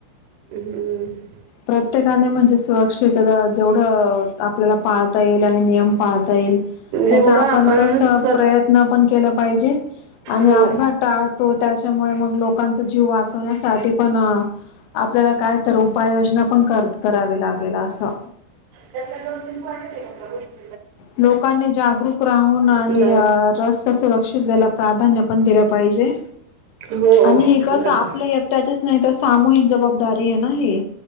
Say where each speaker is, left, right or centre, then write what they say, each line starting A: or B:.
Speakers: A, on the right; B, on the left.
A: हम्म. उम्म.
B: प्रत्येकाने म्हणजे सुरक्षितता जेवढं आपल्याला पळता येईल आणि नियम पाळता येईल
A: जेवढं
B: त्याचा आपण कसं
A: स्व
B: प्रयत्न पण केला पाहिजे आणि
A: हो
B: अपघात टाळ तो त्याच्यामुळे मग लोकांचा जीव वाचवण्यासाठी पण आपल्याला काय तर उ पाय योजना पण करत करावी लागेल असं.
A: त्याचा दोन तीन पॉइंटच आहे. <unintelligible>
B: लोकांनी जागरूक राहून आणि
A: नाही
B: अ रस ता सुरक्षितेला प्राधान्य पण दिलं पाहिजे
A: हो
B: आणि
A: बरोबर
B: हे कसं आपलं एक ट्याच नाही तर सामूहिक जबाबदारी आहे ना हे.